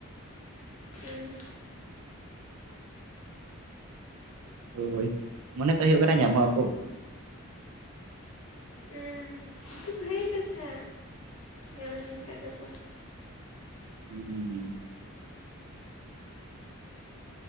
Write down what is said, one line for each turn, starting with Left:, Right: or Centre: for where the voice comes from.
Left: ᱦᱮᱸ᱾
Right: ᱦᱳᱭ ᱢᱚᱱᱮ ᱛᱚ ᱦᱩᱭᱩᱜ ᱠᱟᱱᱟ ᱧᱟᱢᱚᱜ ᱟᱠᱚ᱾
Left: ᱦᱮᱸ᱾ ᱵᱦᱟᱞᱤ ᱠᱟᱛᱷᱟ ᱧᱟᱢ ᱞᱮᱱᱠᱷᱟᱡᱽ ᱫᱚᱠᱚ᱾
Right: ᱦᱮᱸᱻ